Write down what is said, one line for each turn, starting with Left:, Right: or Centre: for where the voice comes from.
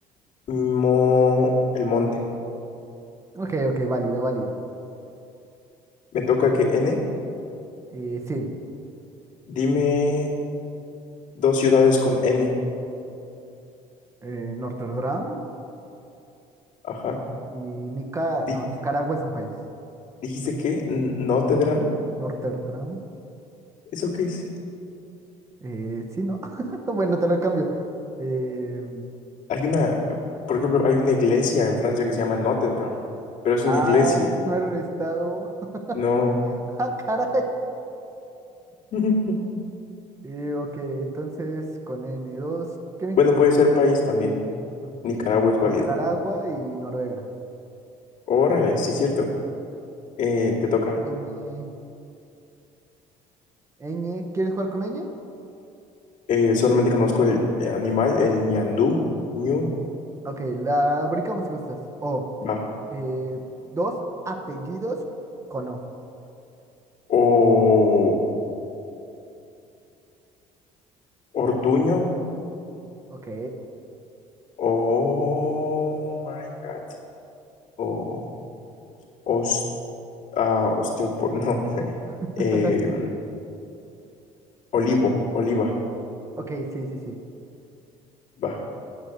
Left: Mo, el monte.
Right: ok, ok, válido, válido.
Left: Me toca que N.
Right: Eh, sí,
Left: Dime dos ciudades con N.
Right: eh, Norterdam
Left: Ajá.
Right: y Nica...
Left: Dijiste,
Right: No, Nicaragua es un país.
Left: dijiste que N- Notre Dame.
Right: Norterdam.
Left: ¿Eso qué es?
Right: Eh, sí, ¿no? <laughs> Bueno, te lo cambio. Eh,
Left: Hay una, por ejemplo, hay una iglesia en Francia que se llama Notre Dame, pero es una
Right: ah,
Left: iglesia.
Right: no era un estado. <laughs>
Left: No.
Right: Ah, caray.
Left: <laughs>
Right: Eh, ok, entonces con n dos ¿Qué me
Left: Bueno,
Right: dijiste?
Left: puede ser país también.
Right: Ok.
Left: Nicaragua es válido.
Right: Nicaragua y Noruega.
Left: Órale, sí, cierto. Eh, te toca.
Right: N, Ñ, ¿quieres jugar con Ñ?
Left: Eh, solamente conozco el eh, animal, el ñandú, ñu,
Right: Ok, la brincamos si gustas. O,
Left: va.
Right: eh, dos apellidos con O.
Left: O ortuño.
Right: Ok.
Left: Oh my God. O os, ah, osteopor, no. <laughs>
Right: <laughs>
Left: Eh, olivo, oliva,
Right: Ok, sí, sí, sí.
Left: va.